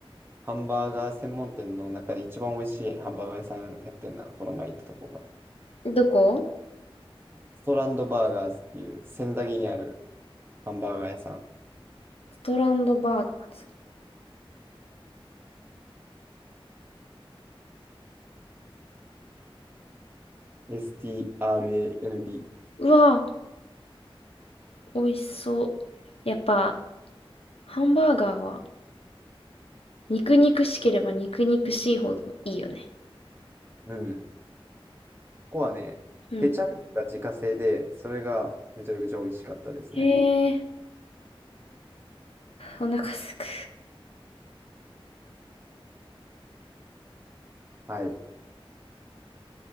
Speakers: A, on the right; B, on the left.
A: ハンバーガー専門店の中で一番美味しいハンバーガー屋さんやってんな、この前行ったとこが。
B: どこ
A: ストランドバーガーズっていう仙台にあるハンバーガー屋さん。
B: ストランドバーガーズ。
A: STRAND。
B: うわぁ、美味しそう。やっぱ、ハンバーガーは、肉肉しければ肉肉しいほどいいよね。
A: うん。ここはね、
B: うん。
A: ケチャップが自家製で、それがめちゃくちゃ美味しかったですね。
B: へえ、お腹すく。
A: はい。